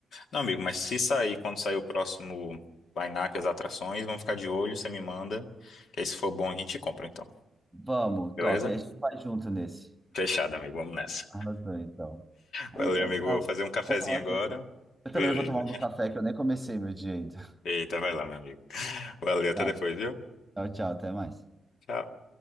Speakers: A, on the left; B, in the centre.
A: Não, amigo, mas se sair, quando sair o próximo line-up, as atrações, vamos ficar de olho, você me manda. Que aí se for bom a gente compra, então.
B: Vamos,
A: Beleza?
B: top. Aí a gente vai junto nesse.
A: Fechado, amigo. Vamos nessa.
B: Arrasou, então. Ah,
A: Valeu,
B: então
A: amigo.
B: tá.
A: Vou fazer um cafezinho
B: Vou falar
A: agora.
B: com você. Eu
A: Beleza.
B: também vou tomar um café que eu nem comecei meu dia ainda. <laughs>
A: Eita, vai lá, meu amigo. Valeu, até
B: Tá,
A: depois, viu?
B: tchau, tchau, até mais.
A: Tchau.